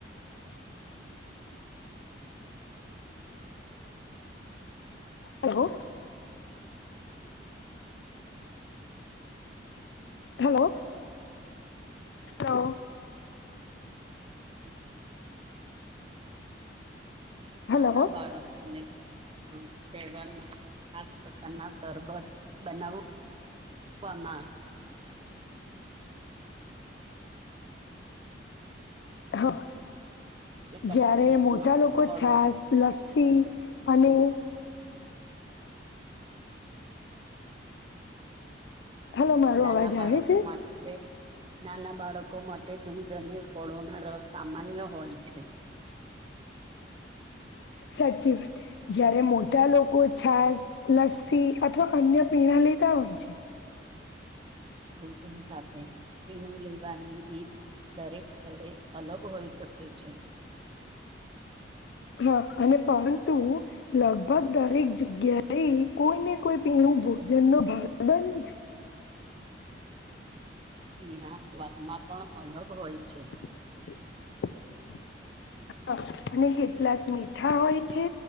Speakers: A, on the left (about 65°); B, on the right (about 30°).
A: હલો હલો તો
B: હમ નાના
A: હલો
B: બાળકોને તહેવારમાં આ જ પ્રકારના શરબત બનાવું કમાં
A: હા
B: કેટલાક
A: જયારે
B: પ્રદેશોમાં
A: મોટા લોકો
B: ફળો
A: છાસ, લસ્સી અને હલો મારો
B: નાના
A: અવાજ આવે
B: બાળકો
A: છે
B: માટે નાના બાળકો માટે દૂધ અને ફળોના રસ સામાન્ય હોય છે <unintelligible>
A: સાચી વાત જયારે મોટા લોકો છાસ લસ્સી અથવા અન્ય પીણા લેતા હોય છે
B: ભોજન સાથે પીણું લેવાની રીત દરેક સ્થળે અલગ હોઈ શકે છે
A: હા અને પરંતુ લગભગ દરેક જગ્યાએ કોઈને કોઈ પીણું હું ભોજન નો ભાગ બની છે
B: પીણા સ્વાદમાં પણ અલગ હોય
A: <unintelligible>
B: છે
A: અને કેટલાક મીઠા હોય છે